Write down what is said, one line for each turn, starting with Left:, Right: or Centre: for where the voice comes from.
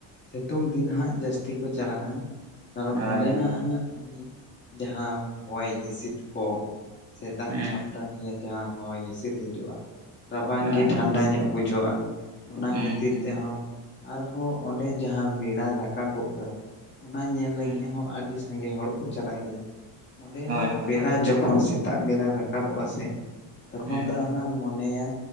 Left: ᱥᱤᱛᱩᱝ ᱫᱤᱱ ᱦᱟᱸᱜ ᱡᱟᱹᱥᱛᱤ ᱠᱚ ᱪᱟᱞᱟᱜᱼᱟ ᱠᱟᱨᱚᱱ
Right: ᱦᱮᱸ ᱦᱳᱭ
Left: ᱚᱸᱰᱮᱱᱟᱜ
Right: ᱦᱳᱭ
Left: ᱦᱟᱸᱜ ᱡᱟᱦᱟᱸ ᱦᱚᱭ ᱦᱤᱸᱥᱤᱫ ᱠᱚ ᱥᱮ ᱫᱟᱜ
Right: ᱦᱮᱸ
Left: ᱡᱷᱟᱯᱴᱟ ᱱᱤᱭᱮ ᱡᱟᱦᱟᱸ ᱦᱚᱭ ᱦᱤᱸᱥᱤᱫ ᱦᱤᱡᱩᱜᱼᱟ᱾ ᱨᱟᱵᱟᱝ
Right: ᱦᱳᱭ
Left: ᱜᱮ
Right: ᱦᱳᱭ
Left: ᱴᱷᱟᱱᱰᱟ ᱧᱚᱜ ᱵᱩᱡᱷᱟᱹᱜᱼᱟ ᱚᱱᱟ
Right: ᱦᱮᱸ
Left: ᱠᱷᱟᱹᱛᱤᱨ
Right: ᱦᱮᱸ
Left: ᱛᱮᱦᱚᱸ ᱟᱨᱦᱚᱸ ᱚᱸᱰᱮ ᱡᱟᱦᱟᱸ ᱵᱮᱲᱟ ᱨᱟᱠᱟᱵᱚᱜ ᱫᱚᱭ ᱚᱱᱟ ᱧᱮᱞ ᱞᱟᱹᱜᱤᱫ
Right: ᱦᱮᱸ
Left: ᱦᱚᱸ ᱟᱹᱰᱤ ᱥᱟ ᱥᱟᱸᱜᱮ ᱦᱚᱲ ᱠᱚ ᱪᱟᱞᱟᱜ ᱜᱮᱭᱟ ᱚᱸᱰᱮᱱᱟᱜ
Right: ᱦᱳᱭ ᱦᱳᱭ
Left: ᱵᱮᱲᱟ ᱡᱚᱠᱷᱚᱱ ᱥᱤᱛ ᱥᱮᱛᱟᱜ ᱵᱮᱨᱟᱭ ᱨᱟᱠᱟᱵᱚᱜᱼᱟ ᱥᱮ ᱛᱚᱠᱷᱚᱱ
Right: ᱦᱮᱸ
Left: ᱫᱚ ᱦᱟᱸᱜ ᱢᱚᱱᱮᱭᱟ